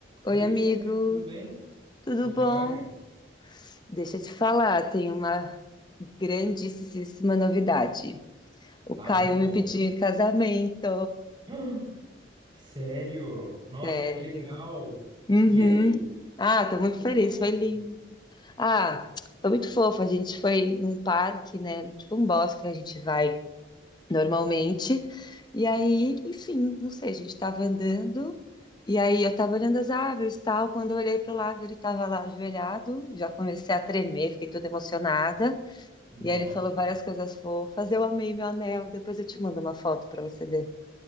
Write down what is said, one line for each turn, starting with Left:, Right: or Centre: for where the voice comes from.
Left: Oi,
Right: E aí,
Left: amigo,
Right: Rebeca, tudo bem?
Left: tudo
Right: Joia.
Left: bom? Deixa eu te falar, tem uma grandíssima novidade. O
Right: Ah,
Left: Caio
Right: me conta.
Left: me pediu em casamento.
Right: <gasps> Sério? Nossa,
Left: Sério.
Right: que legal.
Left: Uhum.
Right: E aí?
Left: Ah, tô muito
Right: Como
Left: feliz,
Right: foi
Left: foi
Right: isso?
Left: lindo. Ah, foi muito fofo. A gente foi num parque, né? Tipo um bosque que a gente vai. normalmente. E aí, enfim, não sei, a gente estava andando, e aí eu estava olhando as árvores e tal. Quando eu olhei para o lado, ele estava lá ajoelhado, já comecei a tremer, fiquei toda emocionada.
Right: Nossa.
Left: E aí ele falou várias coisas fofas. Eu amei meu anel, depois eu te mando uma foto para você ver.